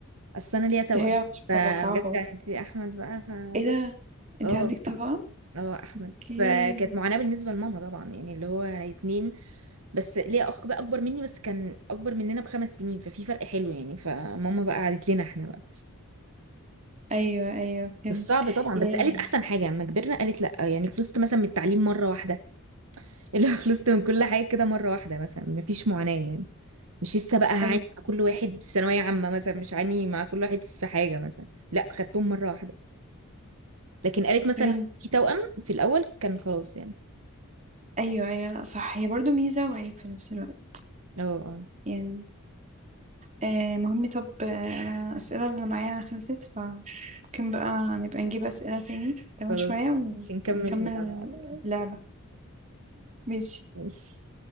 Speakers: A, on the right (about 70°); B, on the right (about 35°).
A: اصل انا ليا توأم
B: دي حاجة مش
A: فبجد
B: متوقعة خالص
A: يعني انت احمد بقى ف
B: ايه ده
A: ف-
B: انت
A: اه
B: عندك توأم؟
A: اه احمد
B: اوكي
A: فكانت معاناة بالنسبة لماما طبعا يعني اللي هو انا اتنين بس ليا اخ بقى اكبر مني بس كان اكبر مننا بخمس سنين ففي فرق حلو يعني فماما بقى قعدت لنا احنا بقى
B: ايوه ايوه فهمت
A: بس صعب طبعا
B: يعني
A: بس قالت احسن حاجة لما كبرنا قالت لا يعني خلصت مثلا من التعليم مرة واحدة <laughs> اللي هو خلصت من كل حاجة كده مرة واحدة مثلا مفيش معاناة يعني مش لسه بقى هعاني
B: ايوه
A: مع كل واحد في ثانوية عامة مثلا مش هعاني مع كل واحد في حاجة مثلا لا خدتهم مرة واحدة لكن قالت مثلا
B: فهمت
A: لو في توأم في الأول كان خلاص يعني
B: ايوه ايوه لا صح هي برضو ميزه وعيب في نفس الوقت
A: اه آه،
B: يعني آه مهم طب آه انا الاسئله اللي معايا خلصت فممكن بقى نبقى نجيب اسئله تاني كمان
A: خلاص
B: شويه
A: مش نكمل
B: ونكمل
A: مع بعض يعني
B: لعبه ماشي
A: ماشي